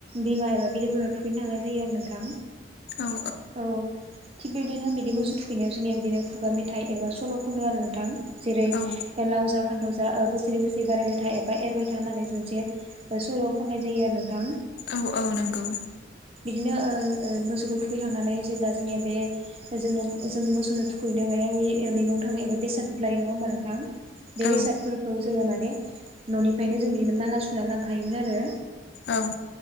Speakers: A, on the right; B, on the left.
A: दैमा एबा बिलोफोराव थुखैनो थांनाय जायो आरो नोंथां।
B: औ
A: औ। थिग बिदिनो बिदि मोसौ थुखैनायाव जोंनिया बिदिनो खुगा मेथाइ एबा सल' खनो आरो नोंथां। जेरै
B: औ
A: लाव जा फानथाव जा बोसोरै बोसोरै बारायबाय था एबा एरबाय था होननानै जों जे सुल' खननाय जायो आरो नोंथां।
B: औ औ नंगौ।
A: बिदिनो मोसौखौ थुखैखांनानै जेब्ला जोंनिया बे जोंनो जों मोसौनो थुखैनो म बे मैगं थाङो एबा बेसादफोर लायो नङा होमबा नोंथां?
B: औ
A: बे बेसादफोरखौ जोङो माने न'निफ्रायनो जों बिदिनो माला सुना लांखायोमोन आरो।
B: ओं।